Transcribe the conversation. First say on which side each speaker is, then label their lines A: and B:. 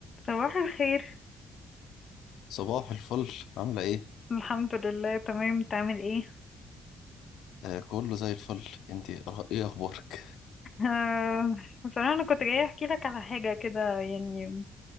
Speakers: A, on the left; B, on the left.
A: صباح الخير
B: صباح الفل عاملة ايه؟
A: الحمد لله تمام تعمل ايه
B: آه كله زي الفل انتي أخ- ايه اخبارك؟
A: آه بصراحة انا كنت جاية احكي لك على حاجة كده يعني